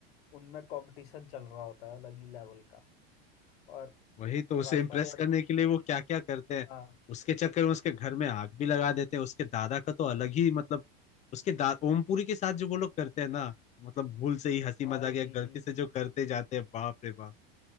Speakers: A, on the left (about 75°); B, on the left (about 25°).
A: उनमें कंपटीशन चल रहा होता है अलग ही लेवल का और
B: वही तो उसे
A: राजपाल
B: इम्प्रेस
A: यादव
B: करने के लिए वो क्या क्या करते हैं
A: हाँ
B: उसके चक्कर में उसके घर में आग भी लगा देते हैं उसके दादा का तो अलग ही मतलब उसके दा ओमपुरी के साथ जो वो लोग करते हैं ना मतलब भूल से ही हंसी
A: भाई
B: मजाक या गलती से जो करते जाते हैं बाप रे बाप